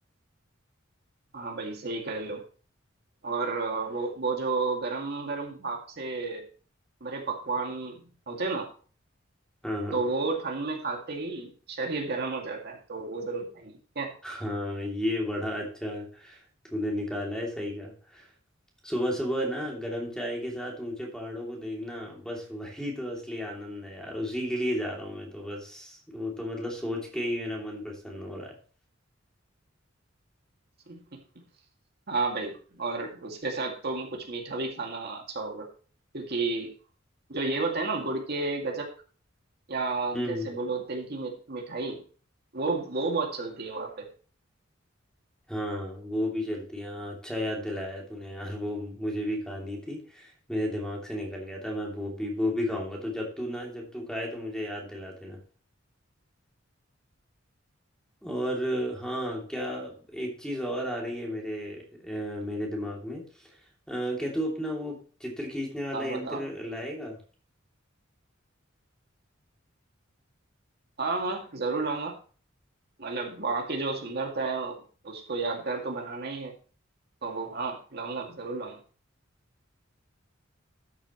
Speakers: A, on the right (about 55°); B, in the centre.
A: हाँ भाई सही कह रहे हो और अ, वो वो जो गरम गरम भाप से भरे पकवान होते हैं ना
B: हाँ हाँ
A: तो वो ठंड में खाते ही शरीर गर्म हो जाता है तो वो जरूर खाएंगे ठीक
B: हाँ ये बड़ा अच्छा तूने निकाला है सही का सुबह सुबह ना गरम चाय के साथ ऊंचे पहाड़ों को देखना बस वही तो असली आनंद है यार उसी के लिए जा रहा हूँ मैं तो बस वो तो मतलब सोच के ही मेरा मन प्रसन्न हो रहा है
A: है <laughs> हाँ भाई और उसके साथ तो कुछ मीठा भी खाना अच्छा होगा क्योंकि जो ये होता है ना गुड़ के गजक या
B: हम्म
A: जैसे बोलो तिल की मि- मिठाई वो वो बहुत चलती है वहाँ पे
B: हाँ वो भी चलती है हाँ अच्छा याद दिलाया तूने यार वो मुझे भी खानी थी मेरे दिमाग से निकल गया था मैं वो भी वो भी खाऊंगा तो जब तू ना जब तू खाए तो मुझे याद दिला देना और हाँ क्या एक चीज़ और आ रही है मेरे अ, मेरे दिमाग में अ, क्या तू अपना वो चित्र खींचने वाला
A: हाँ
B: यंत्र
A: बताओ
B: लाएगा
A: हाँ हाँ जरूर लाऊंगा मतलब वहाँ की जो सुंदरता है उसको यादगार तो बनाना ही है तो हाँ लाऊंगा जरूर लाऊंगा